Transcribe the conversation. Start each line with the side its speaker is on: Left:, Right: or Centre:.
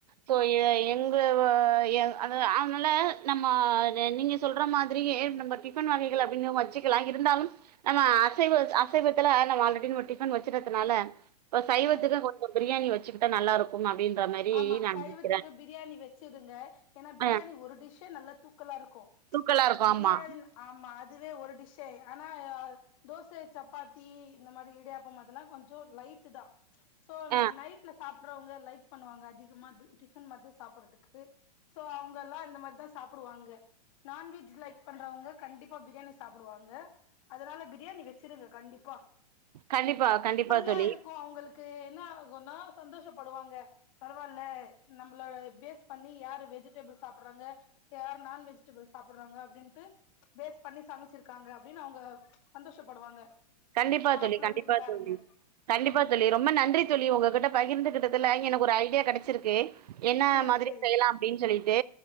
Right: சோ எங் தூ ஏ அது அவங்ல்ல நம்ம இதெ நீங்க சொல்ற மாதிரியே நம்பர் டிஃபன் வாங்கிகலா அப்டின் போத் வெச்சிக்கலா இருந்தாலூ நம் நம்ம அசைவ அசைவத்துல நம்ம ஆல்ரெடி டிஃபன் வச்சிக்கிறதுனால இப்ப சைவத்துக்கு
Left: ம்
Right: கொஞ்சொ பிரியாணி வச்சுக்கிட்டா நல்லா இருக்கூ அப்டின்ற மாரி
Left: ஆமா
Right: நா
Left: சைவத்துக்கு
Right: நெனைக்கிறே
Left: பிரியாணி வெச்சுடுங்க ஏன்னா பிரியாணி
Right: ஆ
Left: ஒரு டிஷ்ஷே நல்லா தூக்கலா இருக்கோ
Right: தூக்கலா இருக்கு
Left: பிரியாணி
Right: ஆமா
Left: ஆமா அதுவே ஒரு டிஷ்ஷே ஆயிரூ ஆனா தோச சப்பாத்தி இந்த மாரி இடியாப்போ அதெல்லா கொஞ்சொ லைட்டு தா சோ
Right: ஆ
Left: நைட்ல சாப்றவங்க லைக் பண்ணுவாங்க அதிகமா டிஃபன் மாதிரி சாப்றதுக்கு சோ அவுங்கலா இந்த மாரி தா சாப்புடுவாங்க நான்வெஜ் லைக் பண்றவங்க கண்டிப்பா பிரியாணி சாப்புடுவாங்க அதனால பிரியாணி வச்சிருங்க கண்டிப்பா
Right: கண்டிப்பா கண்டிப்பா
Left: நல்லா
Right: தோழி
Left: இருக்கூ அவுங்களுக்கு க்கு என்ன கொஞ்சொ நேரோ சந்தோஷப்படுவாங்க பரவால்ல நம்மள பேஸ் பண்ணி யாரு வெஜிடபிள் சாப்புறாங்க யார் நான் வெஜிடபிள் சாப்பறாங்க அப்டின்னுட்டு பேஸ் பண்ணி சமச்சுருக்காங்க அப்டின்னு அவுங்க சந்தோஷப்படுவாங்க
Right: கண்டிப்பா
Left: மாப்ள
Right: தோழி கண்டிப்பா
Left: வீட்டுக்காருங்க
Right: தோழி கண்டிப்பா தோழி ரொம்ப நன்றி தோழி உங்ககிட்ட பகிர்ந்துகிட்டதுல எனக்கு ஒரு ஐடியா கெடச்சிருக்கு என்ன
Left: ம்
Right: மாதிரி
Left: செரி
Right: செய்யலா அப்டின்னு சொல்லிட்டு